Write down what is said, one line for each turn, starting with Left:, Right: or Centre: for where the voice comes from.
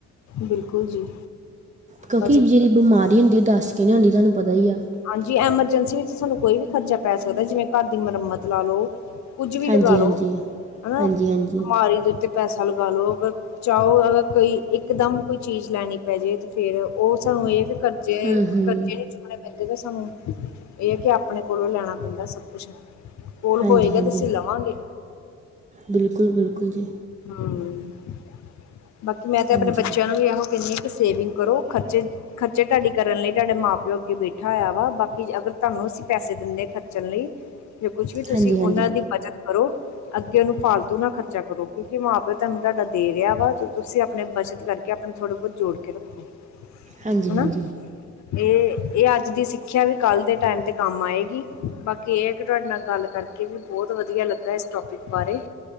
Left: ਬਿਲਕੁਲ ਜੀ।
Right: ਕਿਉਂਕਿ
Left: ਬਚਤ
Right: ਜਿਹੜੀ ਬਿਮਾਰੀ ਹੁੰਦੀ ਹੈ ਉਹ ਦੱਸ ਕੇ ਨਹੀਂ ਆਉਂਦੀ ਤਾ ਨੂੰ ਪਤਾ ਹੀ ਆ।
Left: ਹਾਂਜੀ, ਐਮਰਜੈਂਸੀ ਵਿੱਚ ਸਾਨੂੰ ਕੋਈ ਵੀ ਖਰਚਾ ਪੈ ਸਕਦਾ। ਜਿਵੇਂ ਘਰ ਦੀ ਮੁਰੰਮਤ ਲਾ ਲਓ, ਕੁੱਝ ਵੀ
Right: ਹਾਂਜੀ
Left: ਲਗਾ
Right: ਹਾਂਜੀ
Left: ਲੋ ਹਨਾ,
Right: ਹਾਂਜੀ
Left: ਬਿਮਾਰੀ
Right: ਹਾਂਜੀ
Left: ਦੇ ਉੱਤੇ ਪੈਸਾ ਲਗਾ ਲੋ ਅਗਰ ਚਾਹੋ ਅਗਰ ਕੋਈ ਇੱਕ ਦਮ ਕੋਈ ਚੀਜ਼ ਲੈਣੀ ਪੈਜੇ, ਤੇ ਫੇਿਰ ਉਹ ਸਾਨੂੰ ਇਹ ਕਿ ਕਰ ਜੇ
Right: ਹੂੰ ਹੂੰ
Left: ਕਰਜੇ ਚੁੱਕਣੇ। ਇਦਾਂ ਕਿ ਸਾਨੂੰ ਇਹ ਹੈ ਕਿ, ਆਪਣੇ ਕੋਲੋਂ ਲੈਣਾ ਪੈਂਦਾ ਸਭ ਕੁਛ। ਕੋਲ
Right: ਹਾਂਜੀ
Left: ਹੋਏਗਾ,
Right: ਹਾਂਜੀ
Left: ਤੇ ਅਸੀਂ ਲਵਾਂਗੇ।
Right: ਬਿਲਕੁਲ- ਬਿਲਕੁਲ ਜੀ।
Left: ਹਾਂ, ਬਾਕੀ ਮੈਂ ਤੇ
Right: ਹਾਂਜੀ
Left: ਆਪਣੇ ਬੱਚਿਆਂ ਨੂੰ ਵੀ ਇਹੋ ਕਹਿੰਦੀ ਹ ਕਿ ਸੇਵਿੰਗ ਕਰੋ ਖਰਚੇ ਖਰਚੇ ਤੁਹਾਡੀ ਕਰਨ ਲਈ ਤੁਹਾਡੇ ਮਾਂ ਪਿਓ ਅੱਗੇ ਬੈਠਾ ਹੋਇਆ ਵਾ, ਬਾਕੀ ਅਗਰ ਤੁਹਾਨੂੰ ਅਸੀਂ ਪੈਸ ਦਿੰਦੇ ਖਚ ਚਲੇ, ਕੁਛ ਵੀ ਤੁਸੀਂ
Right: ਹਾਂਜੀ
Left: ਉਹਨਾਂ
Right: ਹਾਂਜੀ
Left: ਦੀ ਬਚਤ ਕਰੋ ਅੱਗੇ ਉਹਨੂੰ ਫਾਲਤੂ ਨਾ ਖ਼ਰਚਾ ਕਰੋ। ਕਿਉਂਕਿ ਮਾਂ ਪਿਓ ਤੁਹਾਨੂੰ ਤੁਹਾਡਾ ਦੇ ਰਿਹਾ ਵਾ, ਤੁਸੀਂ ਆਪਣੇ ਬੱਚਤ ਕਰਕੇ ਆਪਣੇ ਥੋੜੇ ਬਹੁਤ ਜੋੜ ਕੇ ਰੱਖੋ।
Right: ਹਾਂਜੀ-
Left: ਹਨਾ
Right: ਹਾਂਜੀ
Left: ਇਹ ਇਹ ਅੱਜ ਦੀ ਸਿੱਖਿਆ ਵੀ ਕੱਲ ਦੇ ਟਾਈਮ ਤੇ ਕੰਮ ਆਏਗੀ, ਬਾਕੀ ਇਹ ਹੈ ਕਿ ਤੁਹਾਡੇ ਨਾਲ ਗੱਲ ਕਰਕੇ ਕਿ ਵੀ ਬਹੁਤ ਵਧੀਆ ਲੱਗਾ ਇਸ ਟੋਪਿਕ ਬਾਰੇ।